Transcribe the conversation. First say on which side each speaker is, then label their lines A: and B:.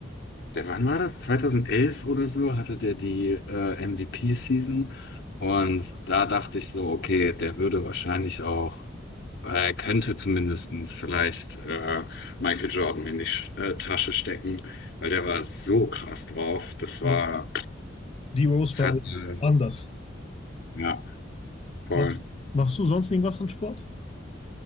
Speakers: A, on the left; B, on the left.
A: Der, wann war das? 2011 oder so hatte der die äh, MVP-Season und da dachte ich so, okay, der würde wahrscheinlich auch, äh, er könnte zumindestens vielleicht äh, Michael Jordan in die Sch äh, Tasche stecken, weil der war so krass drauf. Das
B: Ja.
A: war,
B: D. Rose
A: das
B: war
A: hat,
B: eh
A: äh,
B: anders.
A: ja, voll.
B: Machst, machst du sonst irgendwas an Sport?